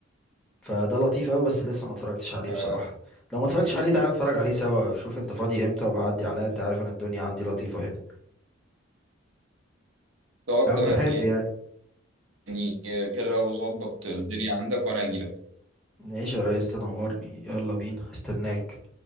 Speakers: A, in the centre; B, on the right (about 70°).
A: فده لطيف قوي بس لسه ما اتفرجتش عليه
B: آه،
A: بصراحة لو ما اتفرجتش عليه تعالى نتفرج عليه سوا شوف انت فاضي امتى وبعدي عليا انت عارف ان الدنيا عندي لطيفة هنا
B: طب
A: لو
B: تمام
A: تحب يعني
B: يعني كده لو ظبط الدنيا عندك وانا هجيلك
A: نعيش يا ريس تنورني يلا بينا استناك